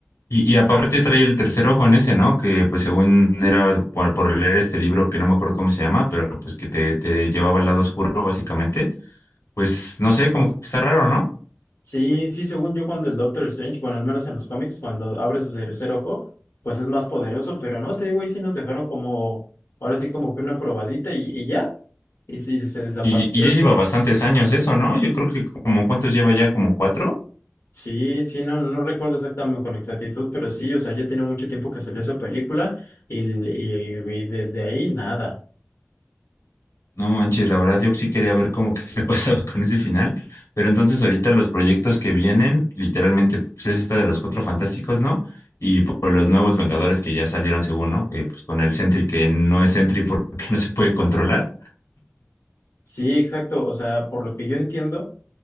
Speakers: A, on the left; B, on the left.
A: Y, y aparte trae el tercer ojo en ese, ¿no? Que pues según era por, por leer este libro que no me acuerdo cómo se llama, pero pues que te, te llevaba al lado oscuro, básicamente pues no sé, como que está raro, ¿no?
B: Sí, sí, según yo, cuando el Doctor Strange, bueno, al menos en los cómics, cuando abre su tercer ojo, pues es más poderoso, pero no, te digo, ahí sí nos dejaron como, ahora sí como que una probadita y, y ya, y sí, se desaparecieron.
A: Y, y ya lleva bastantes años eso, ¿no? Yo creo que como cuántos lleva ya, como cuatro.
B: Sí, sí, no, no recuerdo exactamente con exactitud, pero sí, o sea, ya tiene mucho tiempo que salió esa película y, y y desde ahí nada.
A: No manches, la verdad yo sí quería ver como que <laughs> qué pasaba con ese final, pero entonces ahorita los proyectos que vienen, literalmente, pues es esta de los Cuatro Fantásticos, ¿no? Y por los nuevos Vengadores que ya salieron según, ¿no? Que pues con el Sentry que no es Sentry porque <laughs> no se puede controlar.
B: Sí, exacto, o sea, por lo que yo entiendo.